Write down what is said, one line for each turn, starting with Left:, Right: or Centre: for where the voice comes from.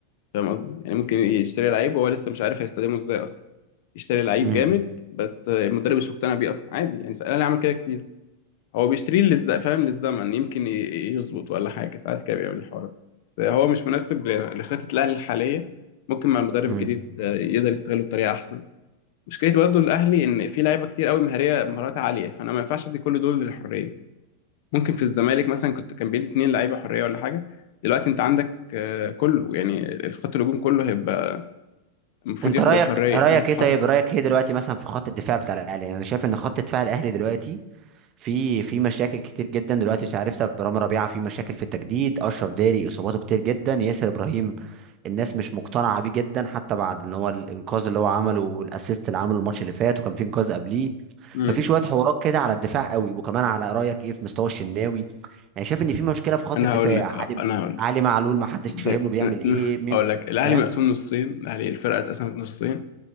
Left: فاهم قصدي يعني ممكن يشتري لعيب وهو لسه مش عارف هيستخدمه ازاي اصلا يشتري لعيب
Right: امم
Left: جامد بس آه، المدرب مش مقتنع بيه اصلا عادي يعني الاهلي عمل كده كتير هو بيشتريه للز... فاهم للزمن يمكن ي- يظبط ولا حاجة ساعات كده بيعمل الحوار ده بس هو مش مناسب ل- لخطة الأهلي الحالية ممكن مع المدرب
Right: امم
Left: الجديد آه، يقدر يستغله بطريقة أحسن مشكلة برضه الأهلي إن في لعيبة كتير قوي مهارية مهارات عالية فأنا ما ينفعش أدي كل دول للحرية ممكن في الزمالك مثلا كنت كان بيدي اتنين لعيبة حرية ولا حاجة دلوقتي أنت عندك آه، كله يعني الخط الهجوم كله هيبقى المفروض
Right: انت
Left: ياخد
Right: رايك
Left: الحرية
Right: رايك
Left: حرية التحرك
Right: ايه طيب رايك ايه دلوقتي مثلا في خط الدفاع بتاع الاهلي يعني انا شايف ان خط دفاع الاهلي دلوقتي في في مشاكل كتير جدا دلوقتي مش عارف طب رامي ربيعه في مشاكل في التجديد اشرف داري اصاباته كتير جدا ياسر ابراهيم الناس مش مقتنعه بيه جدا حتى بعد ان هو الانقاذ اللي هو عمله والاسيست اللي عمله الماتش اللي فات وكان في انقاذ قبليه
Left: مم.
Right: ففي شويه حوارات كده على الدفاع قوي وكمان على رايك ايه في مستوى الشناوي يعني شايف ان في مشكله في خط
Left: أنا
Right: الدفاع
Left: هقول لك
Right: علي
Left: أنا هقول لك
Right: علي معلول ما حدش
Left: د-
Right: فاهم له بيعمل
Left: <laughs>
Right: ايه مين
Left: اقول لك الاهلي
Right: فاهم
Left: مقسوم نصين الاهلي الفرقه اتقسمت نصين